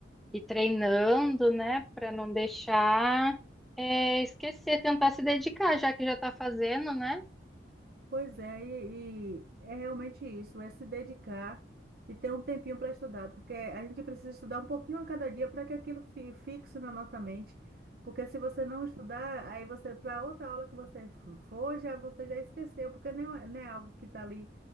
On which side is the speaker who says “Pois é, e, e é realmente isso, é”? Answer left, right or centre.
Right